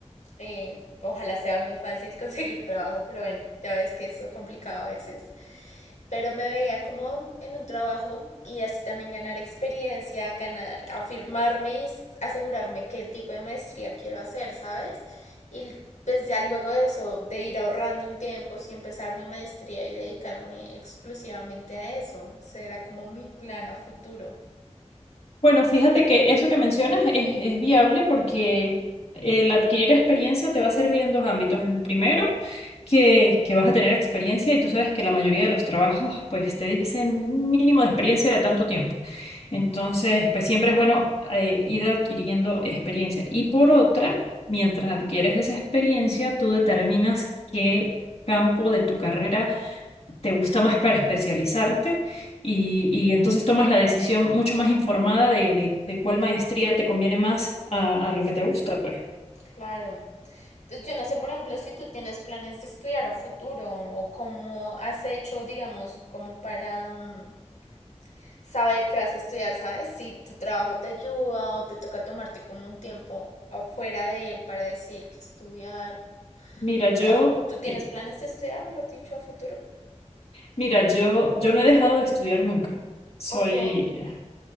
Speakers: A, on the left; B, on the left.
A: eh, ojalá sea muy fácil <laughs> conseguir trabajo, pero bueno, ya ves que es complicado a veces pero me veía como en un trabajo y así también ganar experiencia, ganar, afirmarme y asegurarme qué tipo de maestría quiero hacer, ¿sabes? Y pues ya luego de eso, de ir ahorrando un tiempo, sí empezar mi maestría y dedicarme exclusivamente a eso, será como mi plan a futuro,
B: Bueno, fíjate que eso que mencionas es, es viable porque el adquirir experiencia te va a servir en dos ámbitos. El primero, que, que vas a tener experiencia y tú sabes que la mayoría de los trabajos pues te dicen un mínimo de experiencia de tanto tiempo. Entonces, pues siempre es bueno eh, ir adquiriendo experiencia. Y por otra, mientras adquieres esa experiencia, tú determinas qué campo de tu carrera te gusta más para especializarte y, y entonces tomas la decisión mucho más informada de, de- de cuál maestría te conviene más a, a lo que te gusta, pues.
A: claro. Pues yo no sé, por ejemplo, si tú tienes planes de estudiar a futuro o cómo has hecho, digamos, como para um, saber qué vas a estudiar, ¿sabes? Si tu trabajo te ayuda o te toca tomarte como un tiempo afuera de él para decir qué estudiar.
B: Mira, yo,
A: O tú tienes
B: eh,
A: planes de estudiar, mejor dicho, a futuro.
B: mira, yo, yo no he dejado de estudiar nunca. Soy,
A: Ok,
B: eh,